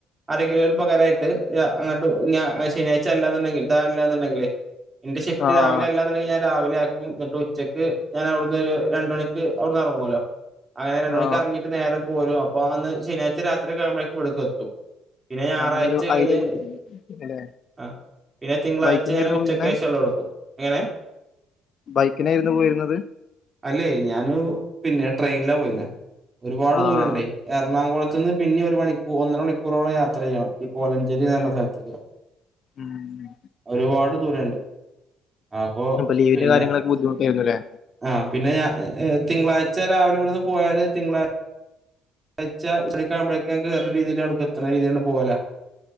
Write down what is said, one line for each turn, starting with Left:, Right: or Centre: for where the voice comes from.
Right: അര കിലോയിൽ പകരായിട്ട് അങ്ങോട്ട് ശനിയാഴ്ച അല്ലാന്നുണ്ടെങ്കിൽ അല്ലാന്നുണ്ടെങ്കിലേ എന്റെ ഷിഫ്റ്റ്
Left: ആഹ്
Right: രാവിലെ അല്ല എന്നുണ്ടെങ്കി ഞാൻ രാവിലെ ആക്കും എന്നിട്ട് ഉച്ചയ്ക്ക് ഞാൻ അവിടുന്ന് രണ്ട മണിക്ക് ഇറങ്ങല്ലോ അങ്ങനെ രണ്ട മണിക്ക്
Left: ആഹ്
Right: ഇറങ്ങിട്ട് നേരെ പോരും അപ്പൊ അന്ന് ശനിയാഴ്ച രാത്രി കഴുമ്പോഴേ വ ഇടക്ക് എത്തും പിന്നെ ഞായറാഴ്ച
Left: അങ്ങനൊരു
Right: കഴിഞ്ഞ്
Left: ഐഡിയ അല്ലേ
Right: ആ പിന്നെ തിങ്കളാഴ്ച
Left: ബൈക്കിനായിരുന്നു
Right: ഞാൻ ഉച്ചക്കശെള്ളം
Left: പോയിരുന്നേ
Right: എടുക്കും എങ്ങനെ
Left: ബൈക്കിനായിരുന്നു പോയിരുന്നത്
Right: അല്ലെ ഞാന് പിന്നെ ട്രെയിനില പോയിന്ന ഒരുപാട്
Left: ആഹ്
Right: ദൂരണ്ടേ എറണാകുള ന്ന് പിന്നെ ഒരു മണൂർ ഒന്ന മണിക്കൂറോളം യാത്ര ചെയ്യണം ഈ കോലഞ്ചേരിന്ന് പറഞ്ഞ
Left: ഏഹ്
Right: സ്ഥലത്തക്ക
Left: ഉം
Right: ഒരുപാട് ദൂരുണ്ട് അപ്പൊ
Left: ലീവിന്റെ
Right: പിന്നെ
Left: കാര്യങ്ങളൊക്കെ ബുദ്ധിമുട്ടായിരുന്നുല്ലേ
Right: ആ പിന്നെ ഞാൻ ഏ തിങ്കളാഴ്ച രാവിലെ ഇവിടുന്ന് പോയാല് തിങ്കളാ കഴച്ചാ ഉളിക്കാാവുമ്പോഴേക്ക കേറ രീതിൽ അവി എത്തുന്ന രീതിീണ്ട് പോകല